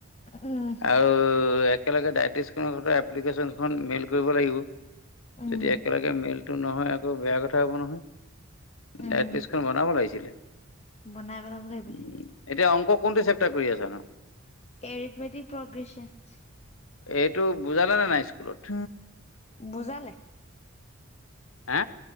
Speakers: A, on the left; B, on the left.
A: উম
B: আও ও একেলগে ডাইট লিষ্টখন লগত এপ্লিকেশ্বন খন মেইল কৰিব লাগিব
A: উম
B: তেতিয়া একেলগে এতিয়া মেইলটো নহয় আকৌ বেয়া কথা হ'ব নহয়
A: উম
B: ডাইটলিষ্টখন বনাব লাগিছিলে
A: বনাই পেলাব লাগিব এতিয়া
B: উ এতিয়া অংক কোনটো চেপ্টাৰ কৰি আছা নো
A: এৰিথ মেটিক প্ৰগ্ৰেছনছ
B: এইটো বুজালেনে নাই স্কুলত
A: বুজালে
B: হা